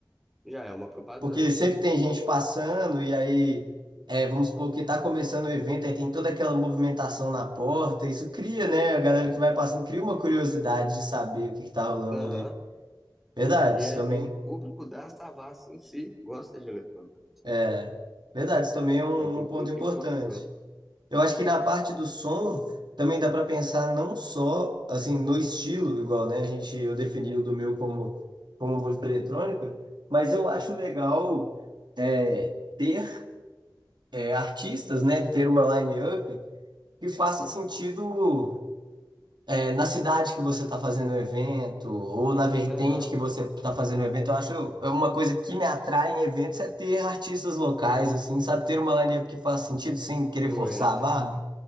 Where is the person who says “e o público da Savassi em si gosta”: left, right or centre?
Centre